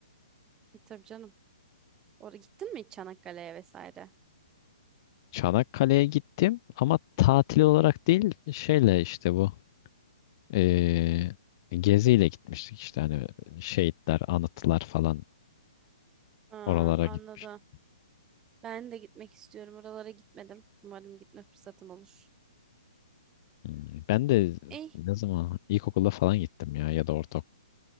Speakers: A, on the right; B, on the left.
A: E, tabii canım. Oraya gittin mi hiç Çanakkale'ye vesaire?
B: Çanakkale'ye gittim ama tatil olarak değil şeyle işte bu Ee, geziyle gitmiştik işte hani şehitler, anıtlar falan
A: Aa,
B: oralara
A: anladım.
B: gitmiştik.
A: Ben de gitmek istiyorum. Oralara gitmedim. Umarım gitme fırsatım olur.
B: Hmm, Ben de
A: İyi.
B: ne zaman ilkokulda falan gittim ya ya da ortaokul.